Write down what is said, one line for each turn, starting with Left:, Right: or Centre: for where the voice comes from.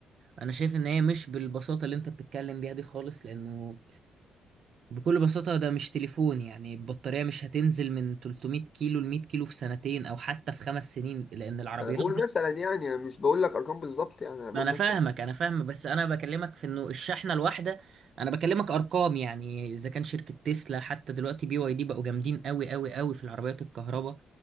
Right: انا شايف ان هي مش بالبساطه اللي انت بتتكلم بيها دي خالص لانه بكل بساطه ده مش تليفون يعني البطاريه مش هتنزل من 300 كيلو ل 100 كيلو في سنتين او حتى في خمس سنين لان العربيات
Left: انا بقول مثلا يعني مش بقول لك ارقام بالظبط يعني انا بقول
Right: ما انا
Left: مثلا
Right: فاهمك انا فاهم بس انا بكلمك في انه الشحنه الواحده انا بكلمك ارقام يعني اذا كان شركه تسلا حتى دلوقتي بي واي دي بقوا جامدين قوي قوي قوي في العربيات الكهرباء